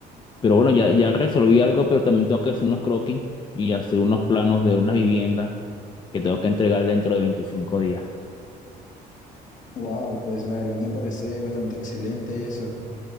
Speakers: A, on the left; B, on the left.
A: Pero bueno, ya, ya resolví algo, pero también tengo que hacer unos croquis y hacer unos planos de una vivienda que tengo que entregar dentro de veinticinco días.
B: Wow, pues la verdad me parece bastante excelente eso.